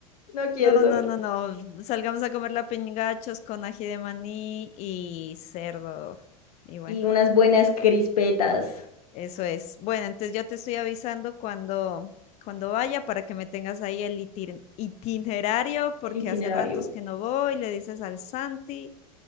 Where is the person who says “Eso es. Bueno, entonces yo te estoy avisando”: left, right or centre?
Left